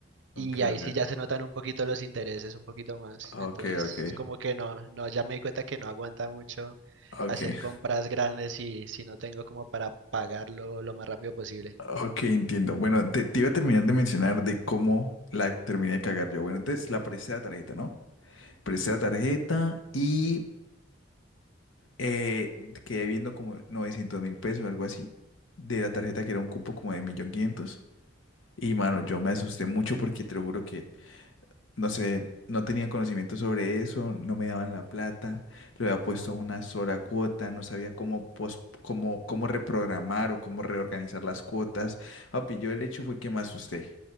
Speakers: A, on the left; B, on the right.
A: Ok,
B: y
A: ok.
B: ahí sí ya se notan un poquito los intereses, un poquito más.
A: Ok,
B: Entonces,
A: ok.
B: como que no, no, ya me di cuenta que no aguanta mucho
A: Ok.
B: hacer compras grandes si, si no tengo como para pagarlo lo más rápido posible.
A: Ok, entiendo. Bueno, te, te iba a terminar de mencionar de cómo la terminé de cagar yo. Bueno, entonces la presté la tarjeta, ¿no? Presté la tarjeta y eh, quedé viendo como 900 mil pesos, algo así, de la tarjeta que era un cupo como de 1.500.000. Y mano, yo me asusté mucho porque te lo juro que no sé, no tenía conocimiento sobre eso, no me daban la plata, lo había puesto a una sola cuota, no sabía cómo, pos- cómo, cómo reprogramar o cómo reorganizar las cuotas. Papi, yo el hecho fue que me asusté.